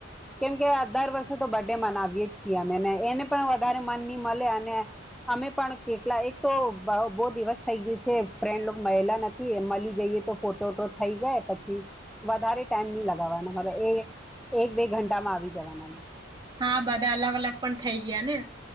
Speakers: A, in the centre; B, on the right.
A: કેમ કે દર વર્ષે તો બર્ ડે મનાવીએે જ છીએ અમેને એને પણ વધારે મન નની મળે અને અમે પણ કેટલા એક તો બહુ દિવસ થઈ ગયું છે ફ્રેન્ડ મળલા નથી મળી જઈએ તો ફોટોટો થઈ જાય પછી વધારે ટાઈમ નહી લગાવવાના મારે એ એક બે ઘંટામાં આવી જવાના અમે
B: હા બધા અલગ અલગ પણ થઈ ગયા ને